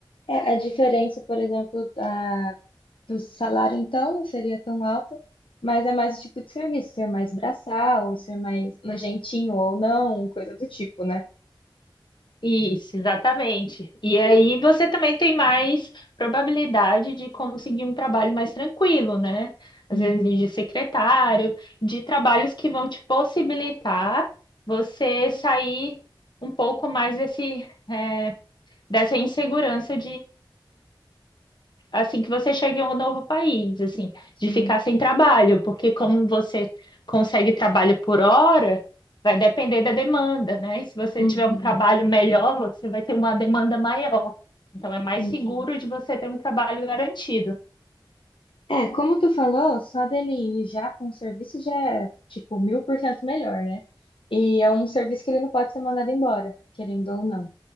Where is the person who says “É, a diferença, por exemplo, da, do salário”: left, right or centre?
Left